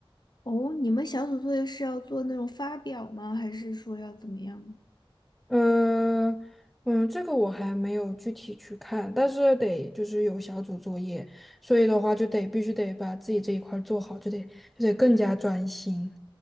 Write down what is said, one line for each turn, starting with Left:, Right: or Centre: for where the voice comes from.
Left: 哦，你们小组作业是要做那种发表吗？还是说要怎么样？
Centre: 嗯嗯，这个我还没有具体去看，但是得就是有小组作业，所以的话就得必须得把自己这一块儿做好，就得就得更加专心。